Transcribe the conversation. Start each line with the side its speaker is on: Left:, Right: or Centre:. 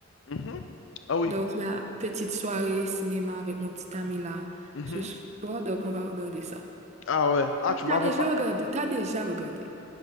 Left: Mhm. Ah oui.
Right: Donc, la petite soirée cinéma avec mon petit ami là
Left: Mhm.
Right: ce soir. Donc, on va regarder ça.
Left: Ah ouais. Ah, tu m'avais
Right: T'as déjà
Left: pas.
Right: regardé? T'as déjà regardé?